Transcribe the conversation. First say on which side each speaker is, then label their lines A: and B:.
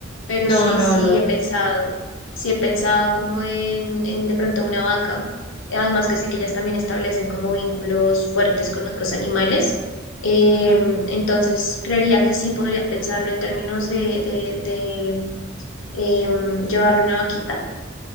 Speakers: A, on the left; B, on the left.
A: pero
B: No,
A: sí,
B: no,
A: sí
B: no.
A: he pensado, sí he pensado como en, en de pronto una vaca, además que sé que ellas también establecen como vínculos fuertes con otros animales, em,
B: Ujú.
A: entonces creería que sí podría pensarlo en términos de, de, de em, llevarle una vaquita